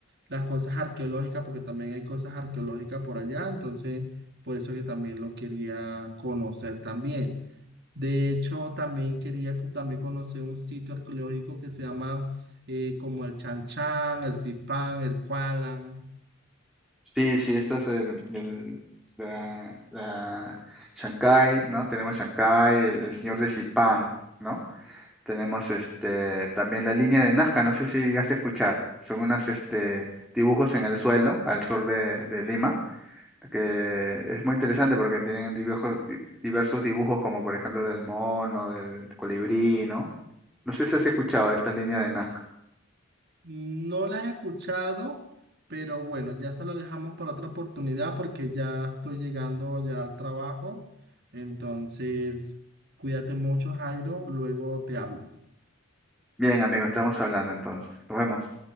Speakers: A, on the right; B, in the centre.
A: las cosas arqueológicas, porque también hay cosas arqueológicas por allá, entonces por eso que también lo quería conocer también. De hecho, también quería co- también conocer un sitio arqueológico que se llama eh, como el Chan Chan, el Zipán, el Kualan.
B: Sí, sí, esta es el, el- la, la Shanghái, ¿no? Tenemos Shanghái, el, el señor de Zipán, ¿no? Tenemos este también la línea de Nazca, no sé si llegaste a escuchar. Son unos este, dibujos en el suelo, al sur de, de Lima, que es muy interesante porque tienen dibujo- di- diversos dibujos, como por ejemplo del mono, del colibrí, ¿no? No sé si has escuchado esta línea de Nazca.
A: No las he escuchado, pero bueno, ya se lo dejamos para otra oportunidad porque ya estoy llegando ya al trabajo. Entonces, cuídate mucho, Jairo. Luego te hablo.
B: Bien, amigo, estamos hablando entonces. Nos vemos.